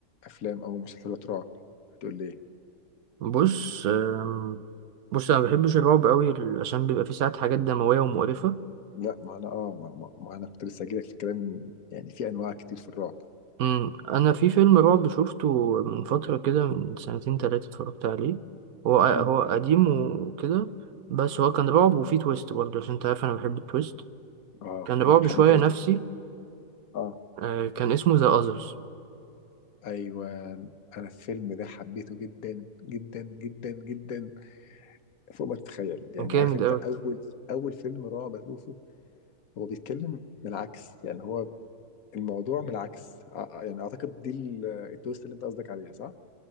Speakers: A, on the left (about 75°); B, on the right (about 80°).
A: افلام او مسلسلات رعب هتقول لي ايه
B: بص أم، بص انا ما بحبش الرعب قوي عشان بيبقى فيه ساعات حاجات دمويه ومقرفه
A: لا ما انا اه ما, ما, ما انا كنت لسه هجيلك في الكلام يعني في انواع كتير في الرعب
B: أمم، انا في فيلم رعب شفته من فتره كده من سنتين تلاتة اتفرجت عليه هو هو
A: مم.
B: قديم وكده بس هو كان رعب وفيه تويست برضه عشان انت عارف انا بحب التويست
A: اه
B: كان رعب
A: انا بحب
B: شويه
A: الحاجات
B: نفسي
A: دي اه
B: آه، كان اسمه ذا اذرز
A: ايوه انا الفيلم ده حبيته جدا جدا جدا جدا فوق ما تتخيل يعني
B: كان جامد
A: عارف انت
B: قوي
A: اول اول فيلم رعب اشوفه هو بيتكلم من العكس يعني هو الموضوع من العكس ع- يعني اعتقد دي ال- التويست اللي انت قصدك عليها صح